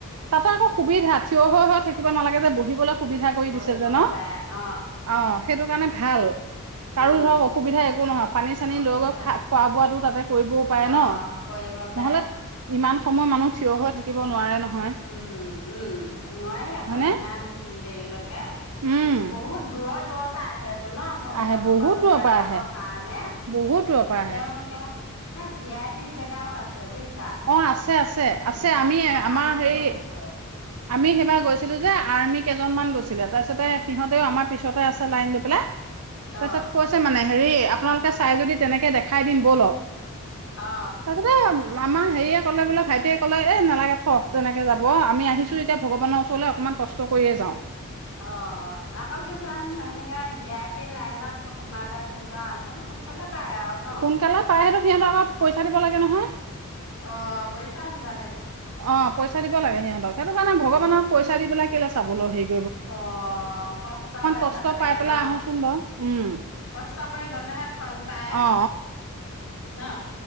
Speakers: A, on the right; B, on the left.
A: তাতো আকৌ সুবিধা থিয় হৈ হৈ থাকে কিব নালাগে যে বহিবলৈ সুবিধা কৰি
B: বহিবও
A: দিছে যে ন
B: পাৰে অ
A: অ সেইটো কাৰণে ভাল কাৰো
B: উম
A: ধৰক অসুবিধা একো নহয় পানী চানী
B: অসুবিধা
A: লৈ গৈ খা
B: নহয়
A: খোৱা বোৱাটো তাতে কৰিবও পাৰে
B: অ
A: ন
B: কৰিব পাৰে
A: নহলে ইমান অসমৰ মানুহ থিয় হৈ থাকে থাকিব নোৱাৰে নহয়
B: উম উম নোৱাৰেই আকৌ
A: হয়নে
B: ইমান দেৰিলৈকে এ
A: উম
B: বহুত দূৰৰ দূৰ পা আহে টো ন ভক্তসকল
A: আহে বহুত দূৰৰ
B: সেয়া
A: পৰা
B: চাব
A: আহে
B: কাৰণে
A: বহুত দূৰৰ পৰা
B: দেৱালকে
A: আহে
B: এ ভি আই পি জেগাও আছে বুজিছ
A: অ আছে আছে আছে আমি
B: কাৰণেও
A: আমাৰ হেৰি
B: আছে
A: আমি সেইবাৰ গৈছিলো যে আৰ্মি কেইজনমান গৈছিলে তাৰপিছতে সিহঁতেও আমাৰ পিছতে আছে লাইন লৈ পেলাই তাৰপিছত
B: অ
A: কৈছে মানে হেৰি আপোনালোকে চাই যদি তেনেকে দেখাই দিম ব'লক
B: অ
A: তাৰপিছতে আমাৰ হেৰিযে কলে বোলে ভাইটিয়ে ক'লে এ নালাগে থ তেনেকে যাব আমি আহিছো এতিয়া ভগৱানৰ ওচৰলৈ অকনমান কষ্ট কৰিয়ে যাওঁ
B: অ আকৌ কিছুমান সেনেকাে ভি আই পি লাইনত সোমালে ধৰি লোৱা অলপমান সোনকালে পায় আৰু ন
A: সোনকালে পাৰে সিহঁতক অলপ পইচা দিব লাগে নহয়?
B: অ' পইচাও দিবা লাগে।
A: অ' পইচা দিব লাগে সিহঁতক সেইটো কাৰণে ভগৱানক
B: উম
A: পইচা দি পেলাই কে চাবলৈ স
B: অ' কষ্ট কৰি
A: কষ্ট
B: চাব লাগে
A: পাই পেলাই
B: ন
A: আহোচোন বাৰু উম
B: কষ্ট কৰি গলেহে ফল পায়
A: অ
B: ন